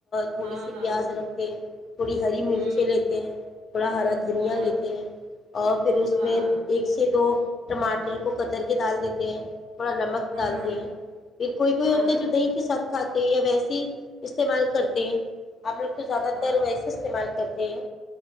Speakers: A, on the left; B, on the right.
A: تھوڑی
B: ہاں
A: سی
B: ہاں
A: پیاز رکھ کے تھوڑی ہری مرچیں
B: ہوں
A: لیتے ہیں تھوڑا ہرا دھنیا
B: ہاں
A: لیتے ہیں اور پھر اس
B: ہاں
A: میں ایک سے دو ٹماٹر کو قطر کی دال دیتے ہیں پڑا نمک
B: ہاں
A: ڈالتے
B: ہاں
A: ہیں کوئی کوئی
B: ہاں
A: ہوتا ہے
B: ہاں
A: جو دہی کے ساتھ کھاتے ہیں یا ویسی استعمال کرتے ہیں ہمپ لوگ تو زیادہ
B: ہاں
A: تر ویسے
B: ہاں
A: استعمال کر تین